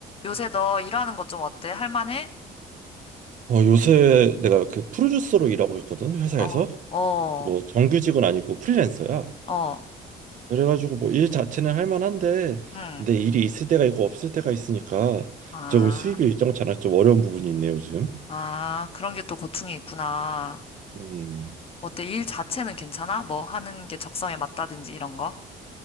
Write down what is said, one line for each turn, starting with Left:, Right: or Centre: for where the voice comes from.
Left: 요새 너 일하는 것 좀 어때? 할만해?
Right: 어, 요새 내가 그 프로듀서로 일하고 있거든, 회사에서.
Left: 어, 어,
Right: 뭐 정규직은 아니고 프리랜서야.
Left: 어,
Right: 그래가지고 뭐 일 자체는 할 만한데,
Left: 응.
Right: 근데 일이 있을 때가 있고 없을 때가 있으니까
Left: 아,
Right: 조금 수입이 일정치 않아서 좀 어려운 부분이 있네, 요즘.
Left: 아, 그런 게 또 고충이 있구나.
Right: 음.
Left: 어때? 일 자체는 괜찮아? 뭐 하는 게 적성에 맞다든지 이런 거?